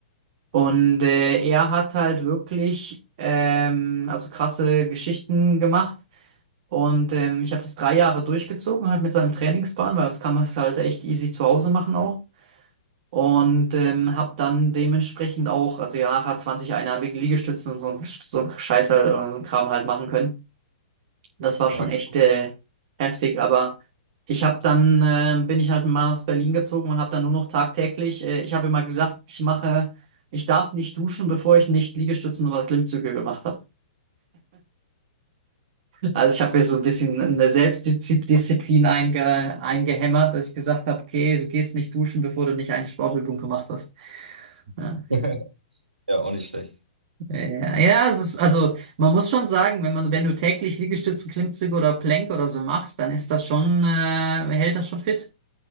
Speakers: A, on the right (about 50°); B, on the right (about 90°).
A: Und äh, er hat halt wirklich ähm, also krasse Geschichten gemacht. Und ähm, ich habe das drei Jahre durchgezogen, halt mit seinem Trainingsplan, weil das kann man es halt echt easy zu Hause machen auch. Und ähm, habe dann dementsprechend auch, also ja, nachher 20 einarmige Liegestützen und so, ein- so ein Scheiß halt, äh, so ein Kram halt machen können. Das war schon
B: Na, krass.
A: echt äh, heftig, aber ich habe dann, äh, bin ich halt mal nach Berlin gezogen und habe dann nur noch tagtäglich, äh, ich habe immer gesagt, ich mache, ich darf nicht duschen, bevor ich nicht Liegestützen oder Klimmzüge gemacht habe. Also ich habe mir so ein bisschen eine Selbstdisziplin einge eingehämmert, dass ich gesagt habe, okay, du gehst nicht duschen, bevor du nicht eine Sportübung gemacht hast. Ja,
B: <laughs> Ja, auch nicht schlecht.
A: ja, ja, es ist, also man muss schon sagen, wenn man, wenn du täglich Liegestützen, Klimmzüge oder Plank oder so machst, dann ist das schon, äh, hält das schon fit.